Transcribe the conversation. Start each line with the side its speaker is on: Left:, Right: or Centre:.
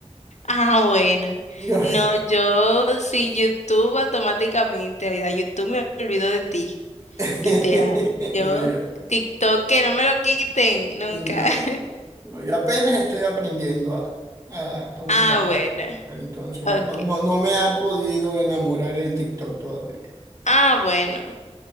Left: Ah, bueno.
Right: Yo,
Left: No, yo sin YouTube automáticamente, oiga, YouTube me olvido de ti,
Right: <laughs>
Left: literal. Yo
Right: no, yo,
Left: TikTok que no me lo quiten nunca.
Right: no,
Left: <laughs>
Right: no, yo apenas estoy aprendiendo a, a, a usar.
Left: Ah, bueno.
Right: Pero entonces,
Left: Ok.
Right: no, no, no me ha podido enamorar el TikTok todavía.
Left: Ah, bueno.